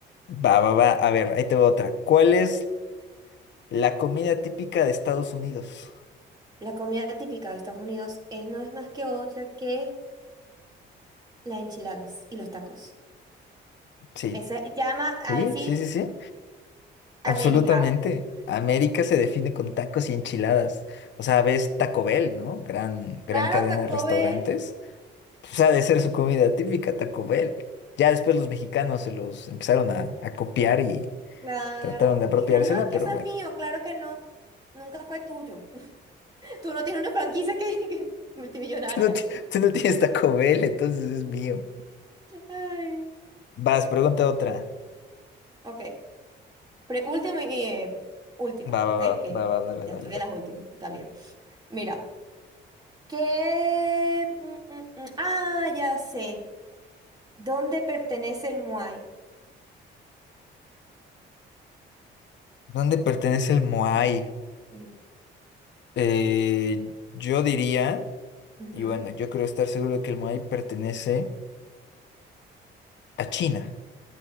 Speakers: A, on the left; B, on the right.
A: Va, va, va. A ver, ahí te va otra. ¿Cuál es la comida típica de Estados Unidos?
B: La comida típica de Estados Unidos es, no es más que otra que las enchiladas y los tacos.
A: Sí,
B: Ese llama a
A: sí,
B: decir
A: sí, sí, sí. Absolutamente.
B: América.
A: América se define con tacos y enchiladas. O sea, ves Taco Bell, ¿no? Gran, gran
B: Claro,
A: cadena
B: Taco
A: de restaurantes.
B: Bell,
A: O sea, de ser su comida típica, Taco Bell. Ya después los mexicanos se los empezaron a, a copiar y
B: claro.
A: trataron de apropiársela,
B: Y dijeron, no, es que
A: pero
B: eso
A: bueno,
B: es mío, claro que no. Nunca fue tuyo. <laughs> Tú no tienes una franquicia que, <laughs> que- multimillonaria.
A: <laughs> tú no, ti- tú no tienes Taco Bell, entonces es mío.
B: Ay.
A: Vas, pregunta otra.
B: Ok. Pre- última y eh, última,
A: Va, va,
B: ¿ok?
A: va,
B: Que
A: va, va, dale,
B: ya estoy
A: dale,
B: en
A: dale.
B: las últimas también. Mira, ¿qué? mm, mm, mm. Ah, ya sé. ¿Dónde pertenece el Muay?
A: ¿Dónde pertenece el Moai?
B: Sí.
A: Eh, yo diría,
B: Ujú.
A: y bueno, yo creo estar seguro de que el Moai pertenece. A China.